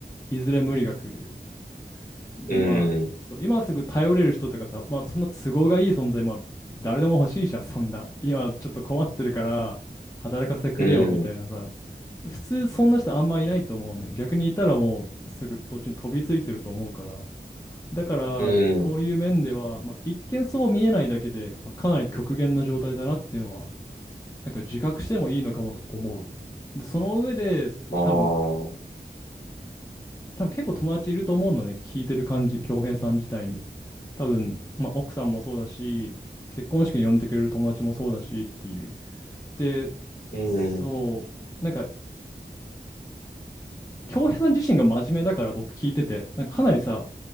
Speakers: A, on the left; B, on the left.
A: いずれ無理が来る。で、
B: うん。
A: まあ、そう、今すぐ頼れる人とかさ、まあ、そんな都合がいい存在、まあ、誰でも欲しいじゃん、そんな。今ちょっと困ってるから、働かせてくれよ、
B: うん。
A: みたいなさ。普通、そんな人あんまいないと思うんだよ。逆にいたらもう、すぐそっちに飛びついてると思うから。だから、
B: うん。
A: そういう面では、まあ、一見そう見えないだけで、まあ、かなり極限の状態だなっていうのは、なんか自覚してもいいのかもと思う。で、その上で、そう、
B: ああ。
A: 多分、多分結構友達いると思うのね、聞いてる感じ、恭平さん自体に。多分、まあ、奥さんもそうだし、結婚式に呼んでくれる友達もそうだしっていう。で、
B: うん。
A: そう、なんか、恭平さん自身が真面目だから僕聞いてて、なんかかなりさ、